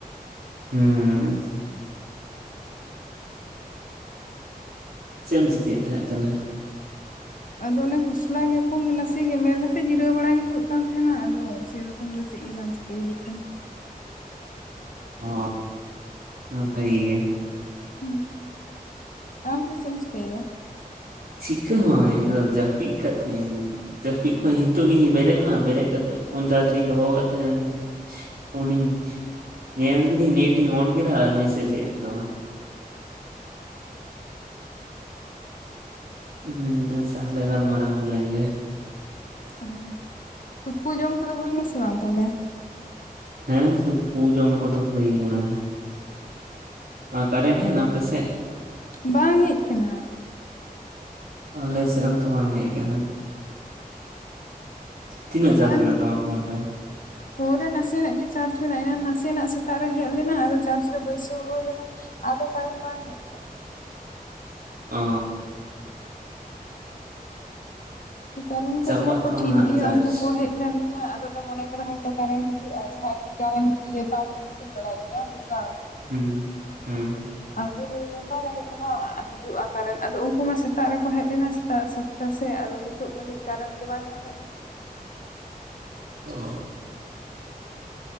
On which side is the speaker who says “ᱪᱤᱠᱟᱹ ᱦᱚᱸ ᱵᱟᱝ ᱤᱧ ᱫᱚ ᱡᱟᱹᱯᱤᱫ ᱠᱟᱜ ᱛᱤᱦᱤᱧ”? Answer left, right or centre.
Right